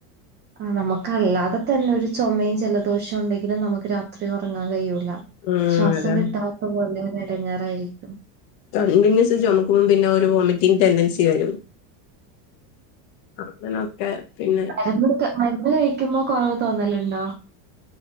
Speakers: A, on the right; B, on the left.
A: ആഹ് നമുക്കല്ലാതെ തന്നെ ഒരു ചുമയും ജലദോഷവും ഉണ്ടെങ്കില് നമുക്ക് രാത്രി ഉറങ്ങാ കഴിയൂല
B: ഉം
A: ശ്വാസം
B: അതാ
A: കിട്ടാത്ത പോലെങ്ങനെ ഇടങ്ങാറായിരിക്കും
B: കണ്ടിന്യൂസ് ചുമക്കുമ്പോ പിന്നെ ഒരു വോമിറ്റിംങ് ടെൻഡൻസി വരും അങ്ങനൊക്കെ പിന്നെ
A: <unintelligible> ക്ക മരുന്ന് കഴിക്കുമ്പോ കൊറവ് തോന്നലുണ്ടോ